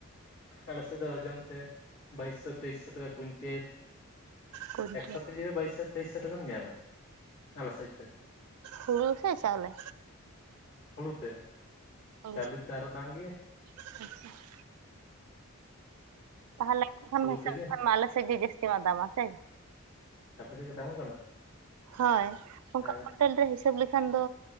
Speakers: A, on the left; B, on the right.
A: ᱟᱞᱮ ᱥᱮᱫ ᱫᱚ ᱳᱡᱚᱱ ᱛᱮ ᱵᱟᱭᱤᱥᱥᱚ ᱛᱮᱭᱤᱥ ᱥᱚ ᱴᱟᱠᱟ ᱠᱩᱭᱤᱱᱴᱮᱞ᱾
B: ᱠᱩᱭᱱᱴᱟᱞ
A: ᱮᱠᱥᱚ ᱠᱮᱡᱤ ᱨᱮ ᱵᱟᱭᱤᱥᱚ ᱛᱮᱭᱤᱥ ᱥᱚ ᱴᱟᱠᱟᱢ ᱧᱟᱢᱟ ᱟᱞᱮ ᱥᱮᱫ ᱫᱚ᱾
B: ᱦᱩᱲᱩ ᱥᱮ ᱪᱟᱣᱞᱮ?
A: ᱦᱩᱲᱩ ᱛᱮ
B: ᱚ
A: ᱪᱟᱣᱞᱮ ᱛᱮ ᱟᱨᱚ ᱫᱟᱢ ᱜᱮᱭᱟ
B: <unintelligible> ᱛᱟᱦᱚᱞᱮ ᱠᱷᱟᱱ
A: ᱦᱩᱲᱩ
B: ᱦᱤᱥᱟᱹᱵ
A: ᱛᱮᱜᱮ
B: ᱞᱮᱠᱷᱟᱱ ᱢᱟ ᱟᱞᱮ ᱥᱮᱫ ᱜᱮ ᱡᱟᱹᱥᱛᱤ ᱢᱟ ᱫᱟᱢᱟ ᱥᱮ᱾
A: ᱟᱯᱮ ᱥᱮᱫ ᱜᱮ ᱫᱟᱢᱚᱜ ᱠᱟᱱᱟ?
B: ᱦᱳᱭ ᱚᱱᱠᱟ
A: ᱟᱨ
B: ᱠᱩᱭᱱᱴᱟᱞ ᱨᱮ ᱦᱤᱥᱟᱹᱵ ᱞᱮᱠᱷᱟᱱ ᱫᱚ